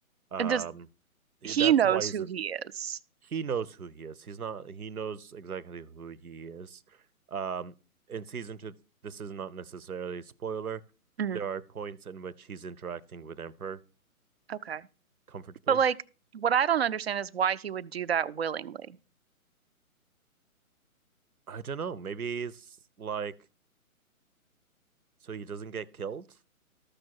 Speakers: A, on the right (about 80°); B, on the right (about 45°).
A: um,
B: And does
A: that's
B: He knows
A: why he's
B: who he is.
A: he knows who he is. He's not. He knows exactly who he is. Um, in season two, this is not necessarily a spoiler.
B: hmm
A: There are points in which he's interacting with Emperor
B: Okay.
A: comfortably.
B: But like what I don't understand is why he would do that willingly.
A: I don't know. Maybe he's like so he doesn't get killed.